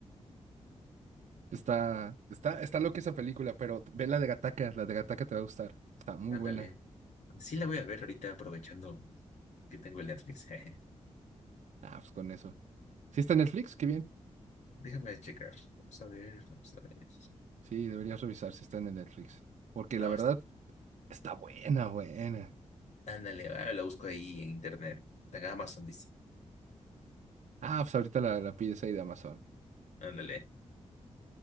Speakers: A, on the right; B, on the left.
A: Está, está, está loca esa película, pero ve la de Gataca, la de Gataca te va a gustar. Está muy
B: Ándale.
A: buena.
B: Sí la voy a ver ahorita aprovechando que tengo el Netflix. <laughs>
A: Ah, pues con eso. ¿Sí está en Netflix? Qué bien.
B: Déjame checar. Vamos a ver, vamos a ver.
A: Sí, deberías revisar si está en el Netflix. Porque
B: No,
A: la verdad,
B: es-
A: está buena, buena.
B: ándale, ah, la busco ahí en internet. En Amazon dice.
A: Ah, pues ahorita la, la pides ahí de Amazon.
B: Ándale.